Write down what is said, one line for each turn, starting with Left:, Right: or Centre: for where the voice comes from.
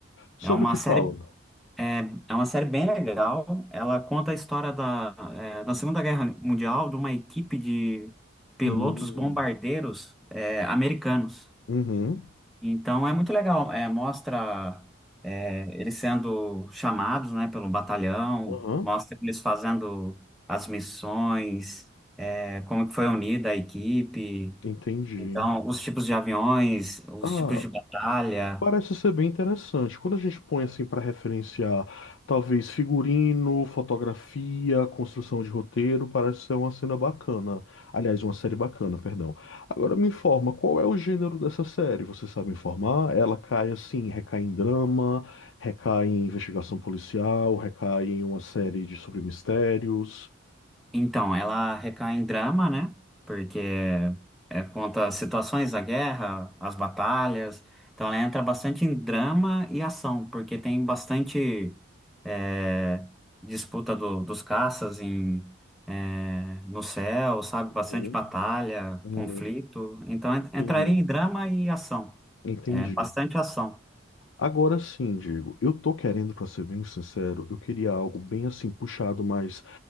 Left: Sobre
Centre: é uma
Left: o que
Centre: série,
Left: fala?
Centre: é, é uma série bem legal. Ela conta a história da, é, da Segunda Guerra Mundial de uma equipe de pilotos
Left: Hum,
Centre: bombardeiros, é, americanos.
Left: Uhum.
Centre: Então é muito legal, é, mostra é, eles sendo chamados, né, pelo batalhão,
Left: Uhum.
Centre: mostra eles fazendo as missões, é, como que foi unida a equipe,
Left: Entendi.
Centre: então os tipos de aviões, os
Left: Ah,
Centre: tipos de batalha.
Left: parece ser bem interessante. Quando a gente põe assim para referenciar, talvez figurino, fotografia, construção de roteiro, parece ser uma cena bacana. Aliás, uma série bacana, perdão. Agora me informa, qual é o gênero dessa série? Você sabe me informar? Ela cai assim, recai em drama, recai em investigação policial, recai em uma série de sobre mistérios.
Centre: Então, ela recai em drama, né? Porque é, conta as situações da guerra, as batalhas. Então, ela entra bastante em drama e ação, porque tem bastante é, disputa do- dos caças em, é, no céu, sabe? Bastante
Left: Uhum.
Centre: batalha,
Left: Uhum.
Centre: conflito. Então, en-
Left: Entendi.
Centre: entraria em drama e ação.
Left: Entendi.
Centre: É bastante ação.
Left: Agora sim, Diego, eu tô querendo, pra ser bem sincero, eu queria algo bem assim puxado mais